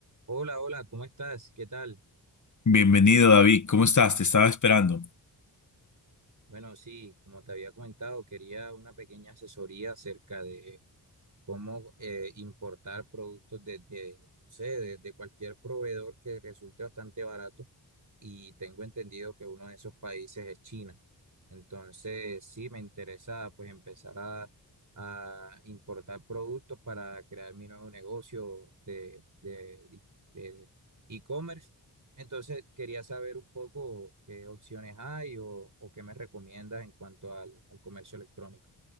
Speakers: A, on the right; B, on the left.
A: Hola, hola, ¿cómo estás? ¿Qué tal?
B: Bienvenido, David. ¿Cómo estás? Te estaba esperando.
A: Bueno, sí, como te había comentado, quería una pequeña asesoría acerca de cómo eh, importar productos de, de, no sé, de, de cualquier proveedor que resulte bastante barato. Y tengo entendido que uno de esos países es China. Entonces, sí, me interesa pues empezar a, a importar productos para crear mi nuevo negocio de, de, de e-commerce. Entonces, quería saber un poco qué opciones hay o, o qué me recomiendas en cuanto al al comercio electrónico.